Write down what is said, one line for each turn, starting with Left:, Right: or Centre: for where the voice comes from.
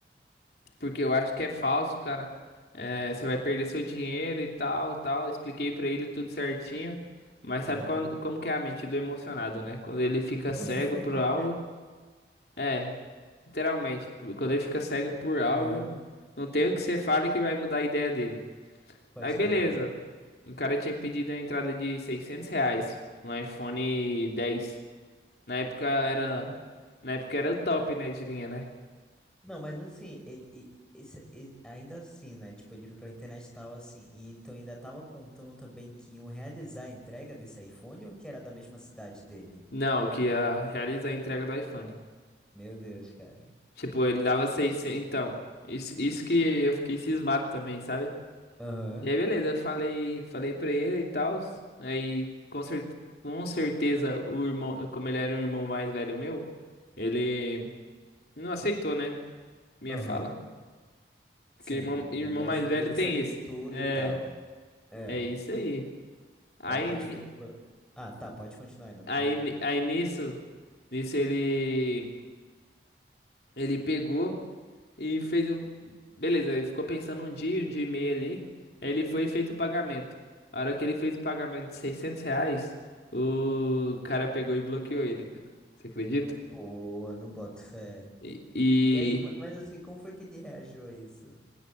Left: porque eu acho que é falso, cara. É, você vai perder seu dinheiro e tal, tal. Expliquei pra ele tudo certinho. Mas
Centre: aham.
Left: sabe quando, como que é a mente do emocionado, né? Quando ele fica
Centre: <laughs>
Left: cego por algo, é, literalmente, quando ele fica cego por algo,
Centre: Aham,
Left: não tem o que você fale que vai mudar a ideia dele.
Centre: pode
Left: Aí beleza.
Centre: crer.
Left: O cara tinha pedido a entrada de 600 reais no iPhone 10. Na época era,
Centre: Uhum.
Left: na época era o top, né, de linha, né?
Centre: Não, mas assim, ele, e- esse- e- ainda assim, né? Tipo, ele veio pra internet e tal, assim. E então ainda tava contando também que iam realizar a entrega desse iPhone ou que era da mesma cidade dele?
Left: Não, que ia realizar a entrega do iPhone.
Centre: Meu Deus, cara.
Left: Tipo, ele dava seiscentos. então. Isso, isso que eu fiquei cismado também, sabe?
Centre: Aham,
Left: E aí beleza, eu falei, falei pra ele e tal. Aí com, cer com certeza o irmão, como ele era o irmão mais velho meu, ele não aceitou, né? Minha
Centre: aham.
Left: fala. Porque
Centre: Sim,
Left: irmão, irmão
Centre: ele achou
Left: mais velho
Centre: que ele
Left: tem
Centre: sabia
Left: isso.
Centre: de tudo
Left: É,
Centre: e tal. É.
Left: é isso aí. Aí,
Centre: É, pode
Left: ni-
Centre: crer. tipo- Ah, tá, pode continuar, ainda não
Left: aí,
Centre: terminou.
Left: ni- aí nisso, nisso ele, ele pegou e fez o. Beleza, ele ficou pensando um dia, um dia e meio ali. Aí ele foi e fez o pagamento. A hora que ele fez o pagamento de 600 reais, o cara pegou e bloqueou ele, cara. Você acredita?
Centre: Pô, não boto fé.
Left: E,
Centre: E aí, ma- mas assim, como foi que ele reagiu a isso?